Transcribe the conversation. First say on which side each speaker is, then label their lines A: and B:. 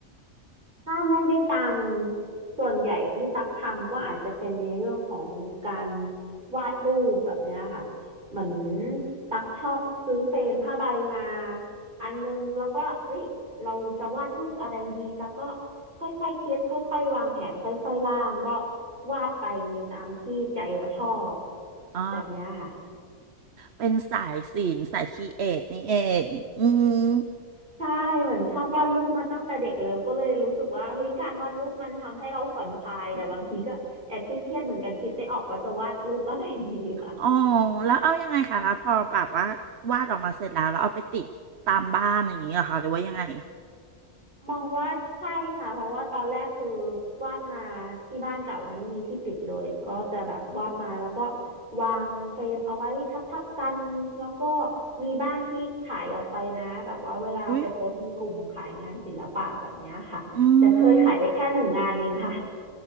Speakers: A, on the right; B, on the right.
A: ถ้าไม่ได้ตังค์ส่วนใหญ่ที่ตักทำก็อาจจะเป็นในเรื่องของการวาดรูปแบบเนี้ยค่ะเหมือนตักชอบซื้อเฟรมผ้าใบมาอันนึงแล้วก็เฮ้ยเราจะวาดรูปอะไรดีตักก็ค่อยๆคิดค่อยๆวางแผนค่อยๆร่างก็วาดไปในตามที่ใจเราชอบ
B: อ๋อ
A: แบบเนี้ยค่ะ
B: เป็นสายศิลป์สายครีเอทนี่เองอืม
A: ใช่เหมือนชอบวาดรูปมาตั้งแต่เด็กแล้วก็เลยรู้สึกว่าเฮ้ยการวาดรูปมันทำให้เราผ่อนคลายแต่บางทีก็แอบคิดเครียดเหมือนกันคิดไม่ออกว่าจะวาดรูปอะไรดีค่ะ
B: อ๋อแล้วเอายังไงคะแล้วพอแบบว่าวาดออกมาเสร็จแล้วแล้วเอาไปติดตามบ้านอย่างนี้เหรอคะหรือว่ายังไง
A: มองว่าใช่ค่ะเพราะว่าตอนแรกคือวาดมาที่บ้านเก่าเนี่ยไม่มีที่ติดเลยก็จะแบบวาดมาแล้วก็วางเฟรมเอาไว้ทับๆกันแล้วก็มีบ้างที่ขายออกไปนะแบบว่าเวลาไปโพสต์ในกลุ่มขายงานศิลปะแบบเนี้ยค่ะแต่เคยขายได้แค่หนึ่งงานเองค่ะ
B: อุ้ยอืม